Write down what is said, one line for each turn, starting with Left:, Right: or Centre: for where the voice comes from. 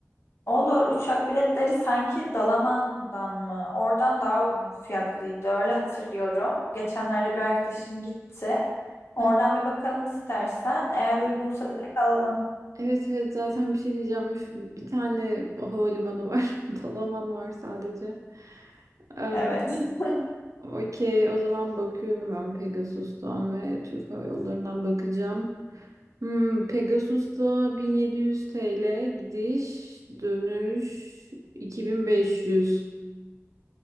Left: Olur uçak biletleri sanki Dalaman'dan mı? Oradan daha uygun fiyatlıydı öyle hatırlıyorum. Geçenlerde bir arkadaşım gitti. Oradan
Right: Heh.
Left: bir bakalım istersen. Eğer
Right: Ay,
Left: uygunsa direkt alalım.
Right: Evet evet zaten bir şey diyeceğim. Üf, bir tane havalimanı var. <laughs> Dalaman var sadece. Ee,
Left: Evet. <laughs>
Right: okey o zaman bakıyorum ben Pegasus'tan ve Türk Hava Yolları'ndan bakacağım. Hmm, Pegasus'ta 1700 TL gidiş dönüş 2500.